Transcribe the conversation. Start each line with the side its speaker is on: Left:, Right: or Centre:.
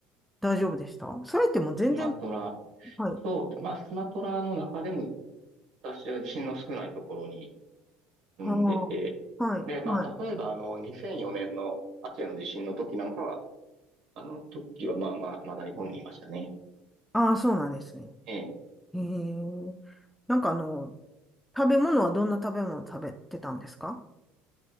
Centre: 大丈夫でしたそれってもう全然、
Right: スマトラ。
Centre: はい。
Right: そう。まあ、スマトラの中でも、私は地震の少ないところに住んでて、
Centre: ああ、はい、
Right: で、まあ、
Centre: はい。
Right: 例えば、あの、2004年のアチェの地震の時なんかは、あの時は、まあまあ、まだ日本にいましたね。
Centre: ああ、そうなんですね。
Right: ええ。
Centre: へえ。なんかあの、食べ物はどんな食べ物を食べてたんですか